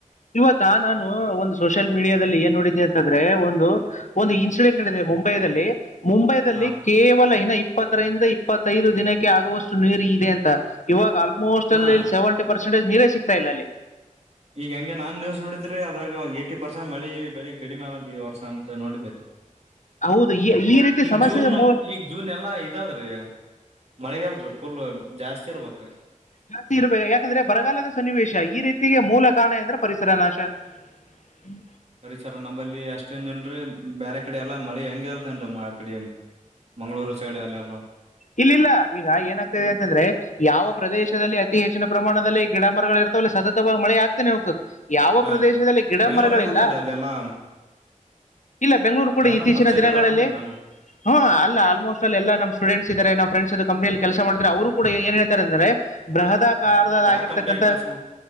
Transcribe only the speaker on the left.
ಇವತ ನಾನು ಒಂದು ಸೋಷಿಯಲ್ ಮೀಡಿಯಾದಲ್ಲಿ ಏನ್ ನೋಡಿದ್ದಿ ಅಂತಂದ್ರೆ ಒಂದು ಒಂದು ಇನ್ಸಿಡೆಂಟ್ ನಡೆಿದೆ ಮುಂಬೈದಲ್ಲಿ ಮುಂಬೈದಲ್ಲಿ
ಕೇವಲ ಇನ ಇಪ್ಪತ್ತು ಇಪ್ಪತ್ತೈದು ದಿನಕ್ಕೆ ಆಗುವಷ್ಟು ನೀರು ಇದೆ ಅಂತ ಇವಾಗ ಆಲ್ಮೋಸ್ಟ್
ಅಲ್ಲಿ ಸೆವೆಂಟಿ ಪರ್ಸೆಟ್ ನೀರೇ ಸಿಗ್ತಾ ಇಲ್ಲ ಅಲ್ಲಿ
ಹೌದು ಈ ಈ ರೀತಿ
ಸಮಸ್ಯೆ
ಮೂ-
ಜಾಸ್ತಿ ಇರ್ಬೇಕ ಯಾಕಂದ್ರೆ ಬರಗಾಲದ ಸನ್ನಿವೇಶ ಈ ರೀತಿಗೆ ಮೂಲ ಕಾರಣ ಎಂದ್ರೆ ಪರಿಸರ ನಾಶ ಹ್ಮ್
ಇಲ್ಲಿಲ್ಲ ಈಗ ಏನಾಗ್ತದೆ ಅಂತಂದ್ರೆ ಯಾವ ಪ್ರದೇಶದಲ್ಲಿ ಹೆಚ್ಚಿನ ಪ್ರಮಾಣದಲ್ಲಿ ಗಿಡ ಮರಗಳು ಇರ್ತವೆೆ ಸತವಾಗಿ ಮಳ ಆಗ್ತಾನೆ ಹೋಗ್ತದೆ ಯಾವ
ಪ್ರದೇಶದಲ್ಲಿ
ಗಿಡ
ಮರಗಳಿಲ್ಲ
ಇಲ್ಲ ಬೆಂಗಗಳೂರು ಕೂಡ
ಇತ್ತೀಚಿನ
ದಿನಗಳಲ್ಲಿ
ಹಾ ಅಲ್ಲ ಅ ೋಸ್ ಅ ಎಲ್ಲ ನಮ್ಮ ಸ್ಟೂಡೆಂಟ್ಸ್ ಇದಾರೆ ನ ಫ್ರೆಂಡಸ್ ಕಂನಿಯಲ್ಲಿ ಕೆಲಸ ಮಾಡತಾರೆ ಅವರು ಕೂಡಏ ಹೇತಾರೆ ಅ್ರೆ ಬೃಹದಾಕಾರದದಲ್ಲಿ
ಆಗಿರ್ತಕ್ಕಂತಥ